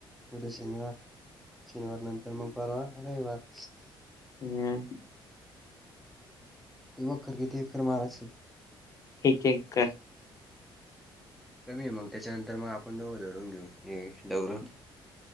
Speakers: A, in the centre; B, on the left.
A: उद्या शनिवार शनिवार नंतर मग परवा रविवार
B: हम्
A: ते वखर किती एकर मारायचं
B: एक एकर
A: कमी आहे मग त्याच्यानंतर मग आपण दोघ धरून घेऊ हे दौरं